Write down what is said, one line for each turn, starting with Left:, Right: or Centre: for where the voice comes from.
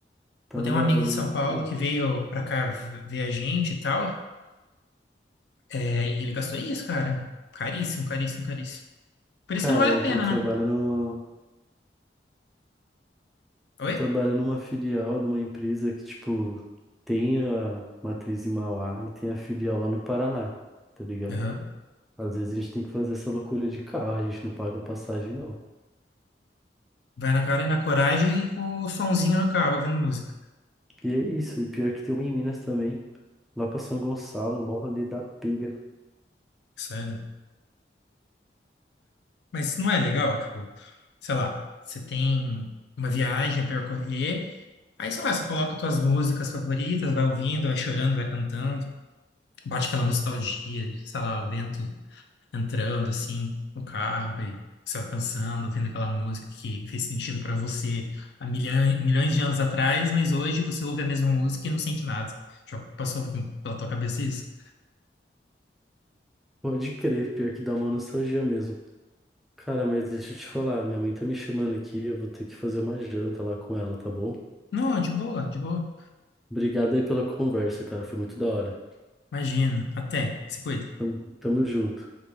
Centre: Tá
Left: Eu tenho
Centre: maluco?
Left: um amigo em São Paulo que veio pra cá vi- ver a gente e tal, é, e ele gastou isso, cara. Caríssimo, caríssimo, caríssimo. Por
Centre: Cara,
Left: isso que não vale a pena,
Centre: eu trabalho
Left: né?
Centre: no,
Left: Oi?
Centre: eu trabalho numa filial de uma empresa que, tipo, tem a matriz em Mauá e tem a filial lá no Paraná, tá ligado?
Left: Aham.
Centre: Às vezes a gente tem que fazer essa loucura de carro, a gente não paga passagem, não.
Left: Vai na cara e na coragem e com o sonzinho no carro ouvindo música.
Centre: E é isso, e pior que tem uma em Minas também, lá pra São Gonçalo, mó rolê da pega.
Left: Sério. Mas não é legal, tipo, sei lá, você tem uma viagem a percorrer, aí sei lá, você coloca suas músicas favoritas, vai ouvindo, vai chorando, vai cantando, bate aquela nostalgia, sei lá, o vento entrando assim no carro e você vai pensando, ouvindo aquela música que fez sentido para você há milhões, milhões de anos atrás, mas hoje você ouve a mesma música e não sente nada. Já passou pela tua cabeça isso?
Centre: Pode crer, pior que dá uma nostalgia mesmo. Cara, mas deixa eu te falar, minha mãe tá me chamando aqui, eu vou ter que fazer uma janta lá com ela, tá bom?
Left: Não, de boa, de boa.
Centre: Obrigado aí pela conversa, cara, foi muito da hora.
Left: Imagina. Até. Se cuida.
Centre: Tamo, tamo junto.